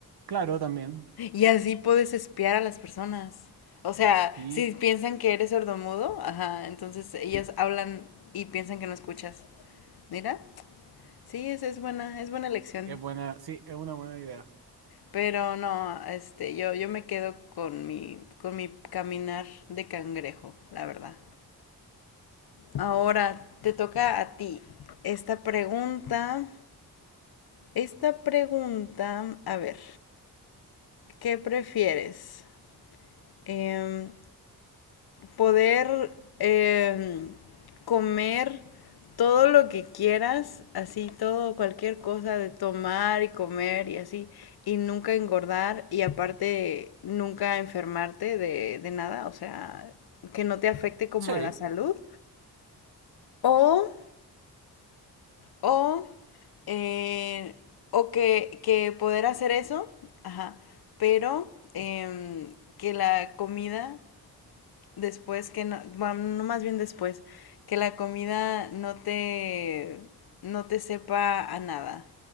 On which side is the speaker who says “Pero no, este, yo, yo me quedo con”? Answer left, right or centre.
Left